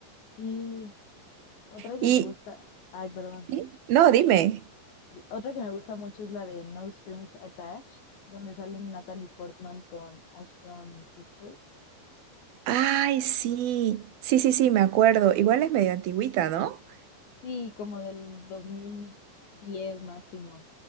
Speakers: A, on the left; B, on the right.
A: Sí, otra que
B: Y,
A: me gusta, ay, perdón.
B: ¿sí? No, dime.
A: Otra que me gusta mucho es la de No Strings Attached, donde salen Natalie Portman con Ashton Kutcher.
B: Ay, sí, sí, sí, sí, me acuerdo. Igual es medio antigüita, ¿no?
A: Sí, como del 2010 máximo.